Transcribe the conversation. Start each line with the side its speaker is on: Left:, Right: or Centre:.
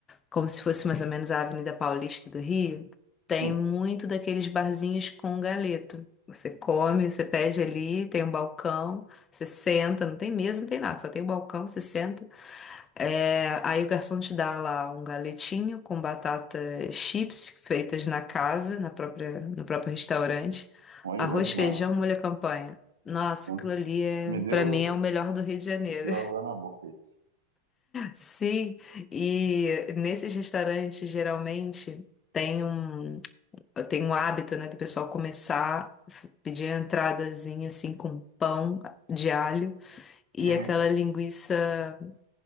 Left: como se fosse mais ou menos a Avenida Paulista do Rio, tem
Right: Sim,
Left: muito daqueles barzinhos com galeto. Você come, você pede ali, tem um balcão, você senta, não tem mesa, não tem nada, só tem um balcão, você senta. É, aí o garçom te dá lá um galetinho com batatas chips feitas na casa, na própria, no próprio restaurante,
Right: olha,
Left: arroz,
Right: bom demais.
Left: feijão, molho à campanha. Nossa,
Right: Nossa,
Left: aquilo ali é,
Right: me deu,
Left: para mim é o melhor do Rio de Janeiro.
Right: me deu água na boca isso.
Left: Sim, e nesses restaurantes geralmente tem um, tem um hábito, né, do pessoal começar a pedir a entradazinha assim com pão de alho e
Right: Uhum.
Left: aquela linguiça,